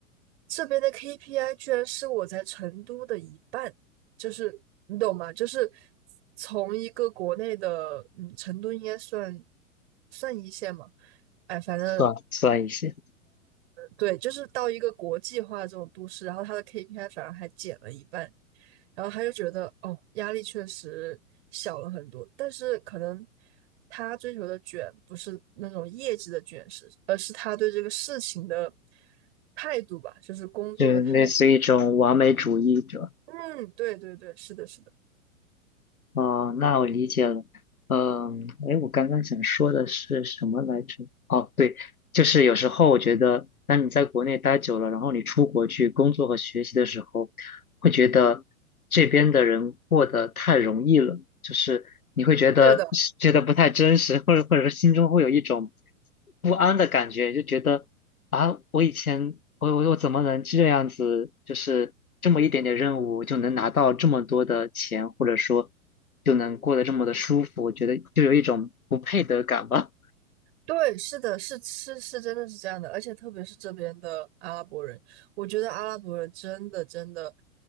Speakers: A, on the right; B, on the left.
A: 这边的 KPI 居然是我在成都的一半，就是你懂吗？就是从一个国内的，嗯，成都应该算算一线嘛，哎，反正
B: 算算一些，
A: 对，就是到一个国际化的这种都市，然后他的 KPI 反而还减了一半，然后他就觉得哦，压力确实小了很多，但是可能他追求的卷不是那种业绩的卷，是而是他对这个事情的态度吧，就是工作的态度。
B: 就类似于一种完美主义者。
A: 嗯，对对对，是的，是的，
B: 哦，那我理解了。嗯，哎，我刚刚想说的是什么来着？哦，对，就是有时候我觉得，当你在国内待久了，然后你出国去工作和学习的时候，会觉得这边的人过得太容易了，就是你会觉得觉得不太真实，
A: 是的。
B: 或者或者说心中会有一种不安的感觉，就觉得啊，我以前我我我怎么能这样子，就是这么一点点任务就能拿到这么多的钱，或者说就能过得这么的舒服，我觉得就有一种不配得感吧。
A: 对，是的，是是是，真的是这样的，而且特别是这边的阿拉伯人，我觉得阿拉伯人真的真的